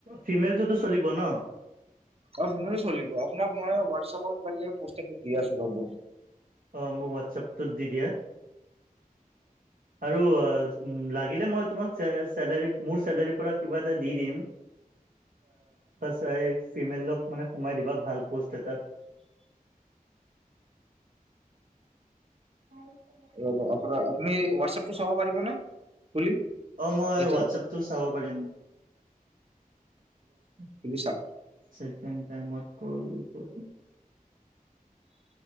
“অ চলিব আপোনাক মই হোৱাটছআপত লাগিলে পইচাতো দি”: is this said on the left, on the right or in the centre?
Right